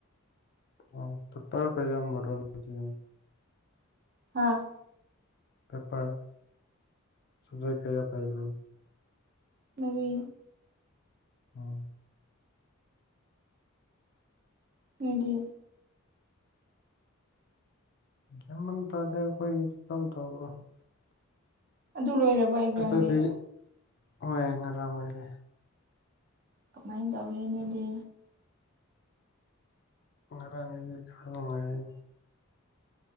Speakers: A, on the left; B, on the right.
A: ꯑ ꯇ ꯇ ꯀꯩ ꯌꯥꯝ ꯃꯔꯔꯣꯖꯤꯦ
B: ꯍꯥꯥ
A: ꯄꯦꯄꯔ ꯁꯖꯣꯏ ꯀꯩꯌꯥ ꯄꯥꯏꯕ꯭ꯔꯝ
B: ꯃꯕꯤ
A: ꯎꯝ
B: ꯑꯗꯨꯣꯏꯗꯤ
A: ꯌꯥꯝꯃꯟ ꯇꯥꯗ ꯑꯩꯈꯣꯏꯒꯤ ꯇꯧꯕ꯭ꯔꯣ
B: ꯑꯗꯨ ꯂꯣꯏꯔꯕ ꯑꯦꯛꯖꯥꯝꯗꯤ
A: ꯐꯥꯔꯁꯇꯗꯤ ꯍꯣꯏ ꯉꯔ ꯑꯣꯏꯥꯏꯔꯦ
B: ꯀꯃꯥꯏꯅ ꯇꯧꯔꯤꯦ ꯅꯣꯏꯗꯤ
A: ꯉꯔꯥꯡꯗꯤ ꯈꯕꯉꯑ